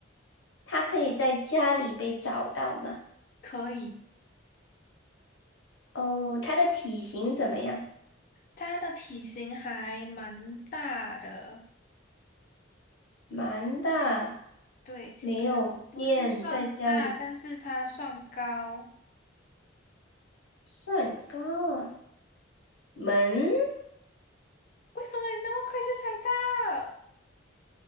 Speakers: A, on the left (about 75°); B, on the left (about 40°).
A: 他可以在家里被找到吗？
B: 可以。
A: 哦，他的体型怎么样？
B: 它的体型还蛮大的，
A: 蛮大。
B: 对，
A: 没有变，
B: 不是算大，
A: 在家里
B: 但是它算高。
A: 算高啊。门，
B: 为什么你那么快就猜到